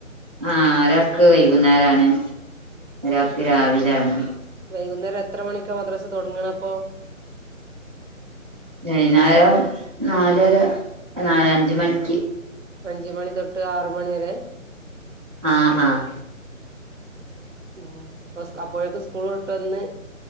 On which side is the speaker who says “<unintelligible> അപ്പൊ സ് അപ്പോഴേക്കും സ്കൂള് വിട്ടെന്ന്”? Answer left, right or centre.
Right